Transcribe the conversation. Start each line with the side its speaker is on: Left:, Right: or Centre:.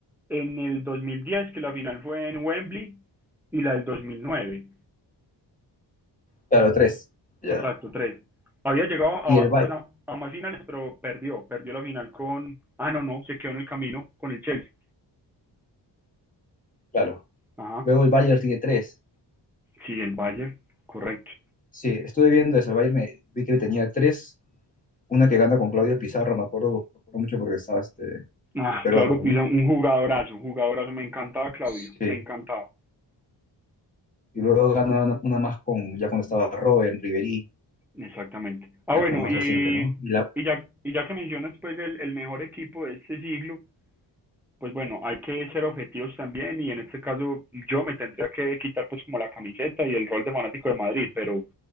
Centre: en el dos mil diez que la final fue en Wembley, y la del dos mil nueve
Left: Claro, tres. Ya.
Centre: Exacto, tres. Había llegado
Left: Y el
Centre: a,
Left: Bayern,
Centre: pues a, a más finales, pero perdió. Perdió la final con. Ah, no, no, se quedó en el camino con el Chelsea.
Left: claro.
Centre: Ajá,
Left: Luego el Bayern tiene tres.
Centre: sí, el Bayern, correcto.
Left: Sí, estuve viendo eso. El Bayern me, vi que tenía tres. Una que gana con Claudio Pizarro, me acuerdo, me acuerdo mucho porque estaba este,
Centre: Ah,
Left: peruano,
Centre: Claudio
Left: ¿no?
Centre: Pisa, un jugadorazo, un jugadorazo. Me encantaba Claudio,
Left: Sí.
Centre: me encantaba.
Left: Y luego gana una, una más con, ya cuando estaba Robben, Ribery,
Centre: Exactamente. Ah,
Left: ya,
Centre: bueno,
Left: pero más
Centre: y,
Left: reciente, ¿no? Y la,
Centre: y, ya, y ya que mencionas pues el, el mejor equipo de este siglo, pues bueno, hay que ser objetivos también y en este caso yo me tendría que quitar pues como la camiseta y el rol de fanático de Madrid, pero